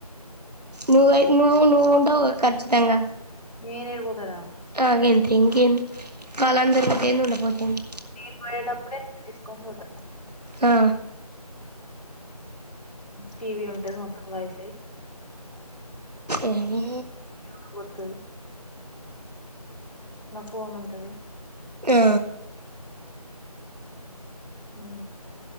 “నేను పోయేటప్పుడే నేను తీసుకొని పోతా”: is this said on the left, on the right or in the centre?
Left